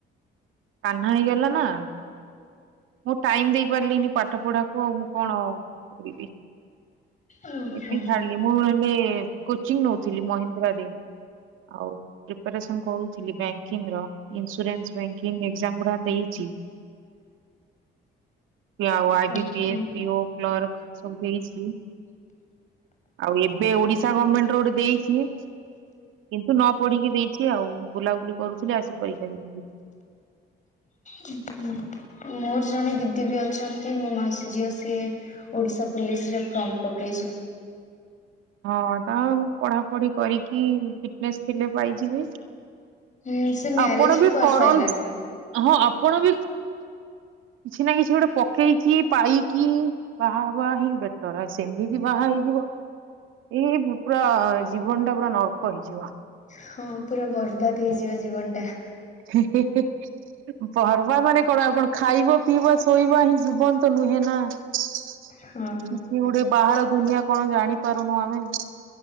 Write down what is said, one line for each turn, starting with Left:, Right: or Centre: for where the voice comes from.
Right: କାହ୍ନା ହେଇଗଲା ନା। ମୁଁ ଟାଇମ ଦେଇ ପାରିଲିନି ପାଠ ପଢାକୁ ଆଉ ମୁଁ କଣ କରିବି।
Left: ଓହୋ
Right: ସେ ପାଇଁ ଛାଡିଲି ମୁଁ ହେଲେ କୋଚିଂ ନଉଥିଲି ମହେନ୍ଦ୍ରା ରେ। ଆଉ ପ୍ରିପେରେସନ କରୁଥିଲି ବ୍ୟାଙ୍କିଙ୍ଗ ର ଇନ୍ସାନ୍ସ ବେଙ୍କିଙ୍ଗ ଏଗଜାମ ଗୁଡା ଦେଇଛି। ଆଉ ଆଇ
Left: ଆଚ୍ଛା।
Right: ବି ପି ଏ ପି ପିଓ କ୍ଲର୍କ ସବୁ ଦେଇଛି। ଆଉ ଏବେ ଓଡିଶା ଗମେଣ୍ଟ ର ଗୋଟେ ଦେଇଚି। କିନ୍ତୁ ନ ପଢିକି ଦେଇଚି ଆଉ ବୁଲାବୁଲି କରୁଥିଲି ଆସି ପରୀକ୍ଷା ଦେଇଦେଲି।
Left: ଉଁ ହୁଁ ମୋର ଜଣେ ଦିଦି ବି ଅଛନ୍ତି ମୋ ମାଉସୀ ଝିଅ ସିଏ ଓଡ଼ିଶା ପୋଲିସ ରେ ଫର୍ମ ପକେଇଛି।
Right: ହଁ ତା ପଢାପଢି କରିକି ଫିଟନେସ୍ ଥିଲେ ପାଇଯିବେ।
Left: ହୁଁ ସେ ମ୍ୟାରେଜ
Right: ଆପଣ
Left: ବି କରିସାଇଲାନି।
Right: କରନ୍ତୁ ହଁ ଆପଣ ବି କିଛି ନା କିଛି ଗୋଟେ ପକେଇକି ପାଇକି ବାହା ହବା ହିଁ ବେଟର ଆ ସେମିତି ବାହା ହେଇଯିବ। ଏଇ ଭୁ ପୁରା ଜୀବନ ଟା ପୁରା ନର୍କ ହେଇଯିବ।
Left: ହଁ ପୁରା ବର୍ବାଦ ହେଇଯିବ ଜୀବନ ଟା।
Right: <unintelligible> ପର୍ବା ମାନେ ଆଉ କଣ ଖାଇବ ପିଇବ ଶୋଇବା ହିଁ ଜୀବନ ତ ନୁହେଁ ନା। କିଛି
Left: ହଁ।
Right: ଗୋଟେ ବାହାର ଦୁନିଆ କଣ ଜାଣିପାରୁନୁ ଆମେ।